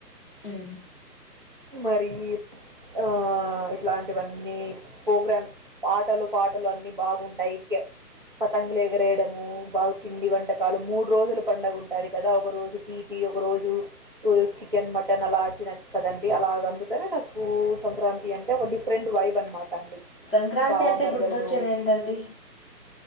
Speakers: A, on the left; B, on the right.
A: హ్మ్మ్
B: మరి ఆ ఇట్లాంటివన్నీ ప్రోగ్రామ్ పాటలు పాటలు అన్నిీ బాగుంటాయి పతంగలు ఎగిరేయడము బాగు పిండి వంటకాలు మూడు రోజులు పడుగ ఉంటుంది కదా ఒక రోజు తీపి ఒక రోజు చికెన్ మటన్ అలా తినచ్చు కదండి అలాగ అందుకనే నాకు సంక్రాంతి అంటే ఒక డిఫరెంట్ వైబ్ అనమాట అండి
A: సంక్రాంతి
B: బావ
A: అంటే
B: మరదళ్ళు
A: గుర్తొచ్చేది ఏంటండి